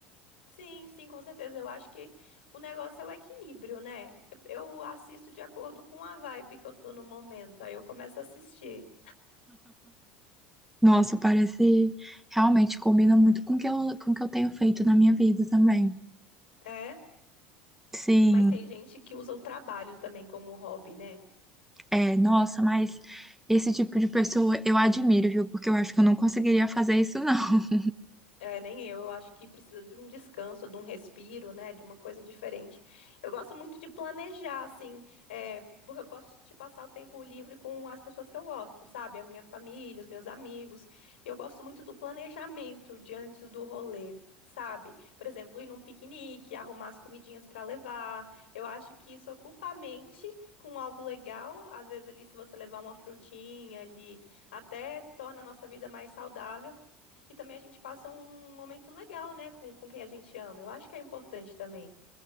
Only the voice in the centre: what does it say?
Nossa, parece realmente combina muito com o que eu, com o que eu tenho feito na minha vida também.
Sim.
É, nossa, mas esse tipo de pessoa eu admiro, viu? Porque eu acho que eu não conseguiria fazer isso, não. <laughs>